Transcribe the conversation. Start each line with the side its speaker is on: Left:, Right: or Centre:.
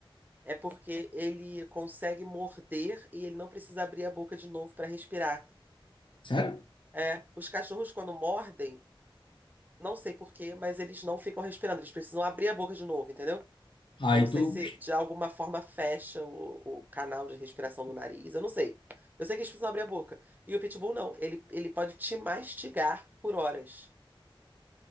Right: é porque ele consegue morder e ele não precisa abrir a boca de novo para respirar.
Left: sério?
Right: É, os cachorros, quando mordem, não sei por quê, mas eles não ficam respirando, eles precisam abrir a boca de novo, entendeu?
Left: Aí
Right: Eu não sei
Left: tu,
Right: se de alguma forma fecha o, o canal de respiração do nariz, eu não sei. Eu sei que eles precisam abrir a boca. E o pitbull não, ele, ele pode te mastigar por horas.